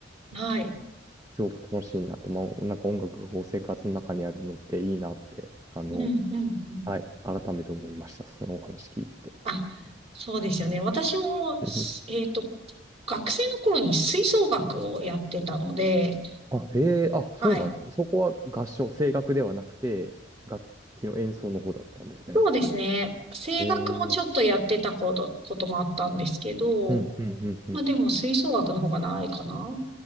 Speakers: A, on the right (about 35°); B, on the right (about 15°).
A: うん。はい。
B: すごく楽しいなって、まあ、なんか音楽がこう生活の中にあるのっていいなって、あの、
A: うんうんうん。
B: はい、改めて思いました。そのお話聞いてて。
A: あ、そうですよね。私も、すえっと、
B: <laughs> うん
A: 学生の頃に吹奏楽をやってたので、
B: あ、ええあ、そうなんですね。
A: はい。
B: そこは合唱、声楽ではなくて、楽器の演奏の方だったんですね。
A: そうですね。声楽もちょっとやってたこと、
B: ええ
A: こともあったんですけど、
B: うん、うん、うんうん、うん。
A: まあでも吹奏楽の方が長いかな。